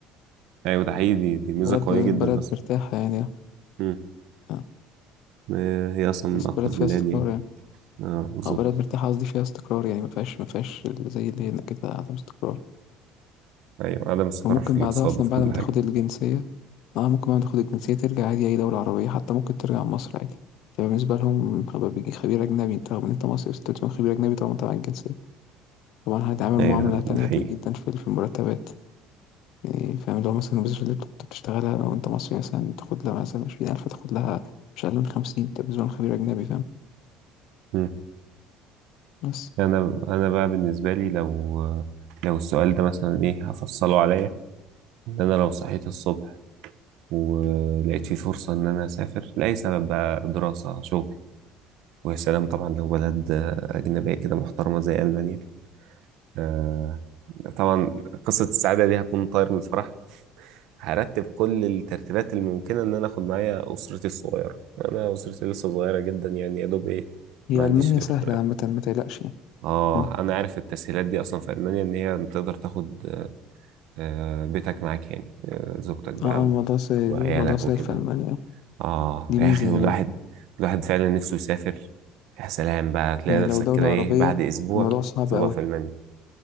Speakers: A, on the right; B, on the left.
A: ايوه ده حقيقي دي, دي ميزة
B: بلد
A: قوية جدا
B: بلد
A: اصلا
B: مرتاحة يعني
A: امم
B: آه،
A: آه، هي اصلا من اقوى
B: بلد فيها
A: البلاد
B: استقرار
A: يعني
B: يعني
A: اه بالظبط
B: أو بلد مرتاحة قصدي فيها استقرار يعني ما فيهاش ما فيهاش زي اللي هنا كده عدم استقرار
A: ايوه عدم استقرار
B: وممكن
A: في الاقتصاد
B: بعدها أصلا
A: وفي
B: بعد
A: كل
B: ما
A: حاجة
B: تاخد الجنسية اه ممكن بعد ما تاخد الجنسية ترجع عادي أي دولة عربية حتى ممكن ترجع مصر عادي تبقى بالنسبة لهم خب- بيجي خبير أجنبي أنت رغم إن أنت مصري بس تكون خبير أجنبي طبعا أنت معاك الجنسية طبعا هيتعامل
A: ايوه
B: معاملة تانية
A: ده حقيقي
B: جدا في في المرتبات يعني فاهم لو مثلا الوظيفة اللي كنت بتشتغلها لو أنت مصري مثلا تاخد لها مثلا عشرين ألف تاخد لها مش أقل من خمسين أنت بالنسبة لهم خبير أجنبي فاهم
A: مم.
B: بس
A: انا انا بقى بالنسبه لي لو لو السؤال ده مثلا ايه هفصله عليا ان انا لو صحيت الصبح ولقيت في فرصه ان انا اسافر لاي سبب بقى دراسه شغل ويا سلام طبعا لو بلد اجنبيه كده محترمه زي المانيا آه، طبعا قصه السعاده دي هكون طاير من الفرح هرتب كل الترتيبات الممكنه ان انا اخد معايا اسرتي الصغيره انا اسرتي لسه صغيره جدا يعني يا دوب ايه
B: هي
A: ما عنديش
B: ألمانيا
A: غير
B: سهلة عامة ما تقلقش يعني
A: اه
B: فاهم؟
A: انا عارف التسهيلات دي اصلا في المانيا ان هي تقدر تاخد آه، بيتك معاك يعني آه، زوجتك بقى
B: اه اه الموضوع
A: و-
B: سهل
A: وعيالك
B: الموضوع سهل
A: وكده
B: في ألمانيا
A: اه
B: دي
A: يا
B: ميزة
A: اخي
B: يعني
A: والواحد الواحد فعلا نفسه يسافر يا سلام بقى تلاقي
B: يعني
A: نفسك
B: لو دولة
A: كده ايه
B: عربية
A: بعد اسبوع
B: الموضوع صعب
A: تبقى
B: أوي
A: في المانيا